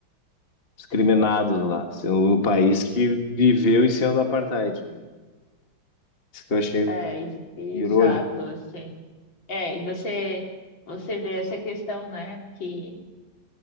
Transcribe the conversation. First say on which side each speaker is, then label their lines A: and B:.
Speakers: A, on the left; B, on the left.
A: discriminados lá, sendo o país que viveu em cima do apartheid, né? Isso que eu achei
B: É, ex- exato,
A: irônico.
B: assim. É, e você, você vê essa questão, né? Que